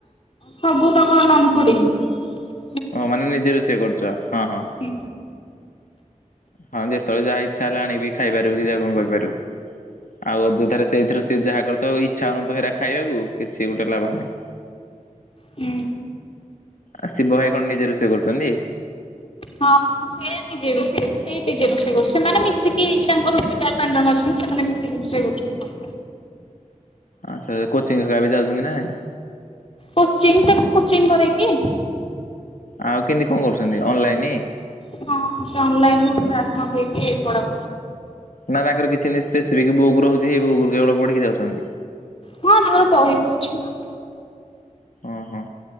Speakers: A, on the left; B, on the left.
A: ସବୁ ହିଁ ତକ ନନ ପୁଡିଙ୍ଗି।
B: ଓ ମାନେ ନିଜେ ରୋସେଇ କରୁଚ ହଁ ହଁ।
A: ହୁଁ
B: ହଁ ଯେତବେଳେ ଯାହା ଇଚ୍ଛା ହେଲା ଆଣି ଖାଇପାରୁ କି ଯାହା କଣ <unintelligible> ଆଉ ଅଯଥାରେ ସେଇଥିରୁ ସେ ଯାହା କରିଥିବ ଇଚ୍ଛା ହୋଉନଥିବ ଖାଇବାକୁ କିଛି ଗୋଟେ ଲାଭ ନାହିଁ। <inaudible>
A: ହୁଁ।
B: ଆ ଶିବ ଭାଇ କଣ ନିଜେ ରୋସେଇ ସେ କରୁଛନ୍ତି?
A: ହଁ। ସେ ନିଜେ ରୋସେଇ ସେ ନିଜେ ରୋସେଇ ସେମାନେ ମିଶିକି ତାଙ୍କ ସେ ଚାରି ପାଞ୍ଚ ଟା ଅଛନ୍ତି ସେମାନେ ମିିକ ସେ ସେଁ
B: ଆଚ୍ଛା କୋଚିଂ ବି ଯାଉଛନ୍ତି କି ନା ନାଇଁ?
A: କୋଚିଂ ସେକୁ କୋଚିଂ କରେ କିି
B: ଆଉ କେମିତି କଣ କରୁଛନ୍ତି ଅନଲାଇନ
A: ହଁ ସେ ଅନଲାଇନ କ୍ଲାସ ନକରିକି ପଢ
B: ନା ତାଙ୍କର କିଛି ନିସ୍‌ସ୍ପେସିଫିକ୍‌ ବୁକ୍ ରହୁଛି ସେଇ ବୁକ୍ ରୁ କେବଳ ପଢିକି ଯାଉଛନ୍ତି।
A: ହଁ ତାଙ୍କର ବହି ବି ଅଛି ନା।
B: ଓହୋ